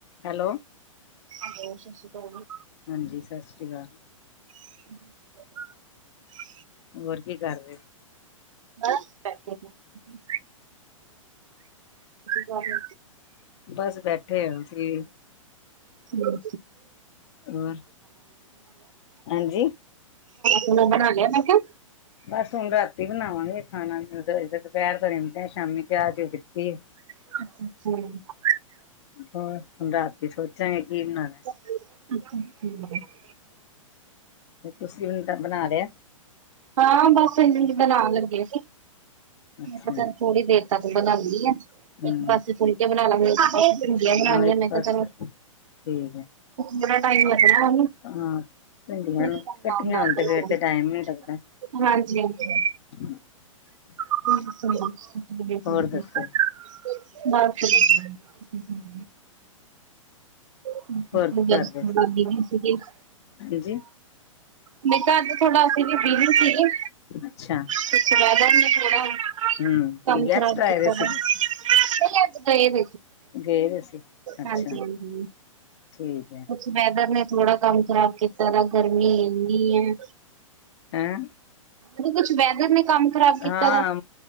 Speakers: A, on the left; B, on the right.
A: Hello-
B: ਹਾਂਜੀ ਸਤਿ ਸ਼੍ਰੀ ਅਕਾਲ ਜੀ-
A: ਹਾਂਜੀ ਸਤਿ ਸ਼੍ਰੀ ਅਕਾਲ।
B: <unintelligible>
A: ਹੋਰ ਕੀ ਕਰ ਰਹੇ।
B: ਬਸ ਬੈਠੇ। ਕੀ ਕਰ
A: ਬਸ <unintelligible>
B: <unintelligible> ਖਾਣਾ
A: ਹੋਰ ਹਾਂਜੀ
B: ਖੁਣਾ ਬਣਾ ਲਿਆ ਮੈਂ ਕਿਆ
A: ਬਸ ਹੁਣ ਰਾਤੀ ਬਣਾਵਾਂਗੇ ਖਾਣਾ ਦੁਪਹਿਰ ਦਾ ਨਿਪਟਿਆ ਸ਼ਾਮੀ ਚਾਹ ਚੂ ਪੀਤੀ ਏ
B: <unintelligible>
A: ਹੋਰ ਹੁਣ ਰਾਤੀ ਸੋਚਾਂਗੇ ਕੀ ਬਣਾਉਣਾ-
B: <unintelligible>
A: ਤੁਸੀ ਹੁਣ ਦਾ ਬਣਾ ਲਿਆ।
B: ਹਾਂ ਬਸ ਹਨ ਬਣਾਉਣ ਲੱਗੇ ਸੀ।
A: ਅੱਛਾ
B: ਮੈ ਚਲ ਥੋੜੀ ਦੇਰ ਤੱਕ ਬਣਾਉਦੀ ਆ
A: ਹਮ
B: ਇਕ ਪਾਸੇ ਫੁਲਕੇ ਬਣਾ ਲਾਂ ਪਾ- ਭਿੰਡੀਆਂ ਹੀ ਬਣਾਣੀਆਂ
A: ਹਾਂ ਇੱਕ
B: ਨੇ ਮੈ ਕਿਹਾ
A: ਬਸ
B: ਚਲੋ
A: ਠੀਕ ਹੈ
B: ਥੋੜਾ ਟਾਈਮ ਲੱਗਣਾ।
A: ਹਾਂ ਭਿੰਡੀਆਂ
B: ਮੈਂ ਕਿਹਾ ਚੱਲ
A: ਕਟੀਆਂ
B: ਨਾਲ ਨਾਲ
A: ਹੋਣ ਤੇ
B: ਬਣਾਉਂਗੀ।
A: ਫਿਰ ਤੇ ਟਾਈਮ ਨਹੀ ਲੱਗਦਾ।
B: ਹਾਂਜੀ- ਹਾਂਜੀ-
A: <inaudible>
B: <unintelligible>
A: ਹੋਰ ਦੱਸੋ
B: ਸੀ
A: ਹੋਰ ਕੀ ਕਰਦੇ
B: <unintelligible>
A: ਹਾਂਜੀ
B: ਨਹੀਂ ਕਿਹਾ ਅੱਜ ਥੋੜਾ ਅਸੀਂ ਵੀ ਬਿਜੀ ਸੀਗੇ
A: ਅੱਛਾ।
B: ਸਤ ਸ਼ੀਦ ਉਹ ਨੇ ਥੋੜਾ
A: ਹਮ
B: ਕੰਮ
A: ਗੈਸਟ
B: ਖ਼ਰਾਬ ਕੀਤਾ
A: ਆਏ ਦੇ
B: ਵਾ
A: ਸੀ
B: <unintelligible> ਐਨ
A: ਗਏ ਦੇ ਸੀ ਅੱਛਾ
B: ਹਾਂਜੀ ਹਾਂਜੀ
A: ਠੀਕ ਹੈ
B: ਅ ਵੈਦਰ ਨੇ ਥੋੜਾ ਕੰਮ ਖਰਾਬ ਕੀਤ ਜ਼ਾਰ ਗਰਮੀ ਇਨੀ ਹੈ
A: ਹੈਂ
B: ਕੁਛ ਵੈਦਰ ਨੇ ਕੰਮ ਖ਼ਰਾਬ ਕੀਤਾ
A: ਹਾਂ